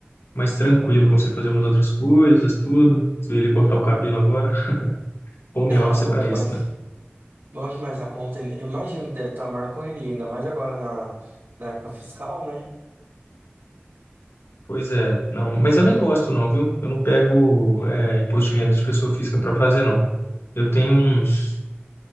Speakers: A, on the left (about 75°); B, on the right (about 70°).
A: mais tranquilo, consigo fazer umas outras coisas, tudo. Fui ele cortar o cabelo agora, home
B: Ah,
A: office
B: bom
A: é pra
B: demais.
A: isso, né?
B: Bom demais a conta. Eu imagino que deve estar a maior correria, ainda mais agora na, na época fiscal, né?
A: Pois é, não, mas eu nem gosto não, viu? Eu não pego é, imposto de renda de pessoa física pra fazer, não. Eu tenho uns